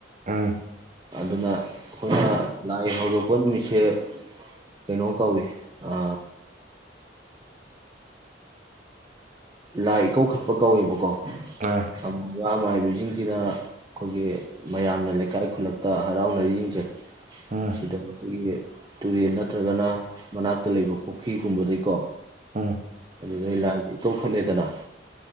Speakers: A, on the right; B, on the right.
A: ꯎꯝ
B: ꯑꯗꯨꯅ ꯑꯩꯈꯣꯏꯅ ꯂꯥꯏ ꯍꯧꯗꯛꯄ ꯅꯨꯃꯤꯠꯁꯦ ꯀꯩꯅꯣ ꯀꯧꯏ ꯑ ꯂꯥꯏ ꯏꯀꯧꯈꯠꯄ ꯀꯧꯋꯦꯕꯀꯣ
A: ꯑ
B: ꯑꯃꯥꯢꯕ ꯑꯃꯥꯏ ꯁꯤꯡꯁꯤꯅ ꯑꯩꯈꯣꯏꯒꯤ ꯃꯌꯥꯝꯅ ꯂꯩꯀꯥꯏ ꯈꯨꯜꯂꯛꯇ ꯍꯔꯥꯎꯅꯔꯤꯁꯤꯡꯁꯦ
A: ꯎꯝ
B: ꯁꯤꯗ ꯑꯈꯣꯢꯒꯤ ꯇꯨꯔꯦꯜ ꯅꯠꯇ꯭ꯔꯒꯅ ꯃꯅꯥꯛꯇ ꯂꯩꯕ ꯄꯨꯈ꯭ꯔꯤꯒꯨꯝꯕꯗꯒꯩꯀꯣ
A: ꯎꯝ
B: ꯑꯗꯨꯗꯩ ꯂꯥꯢꯒꯤ ꯏꯀꯧꯈꯠꯂꯦꯗꯅ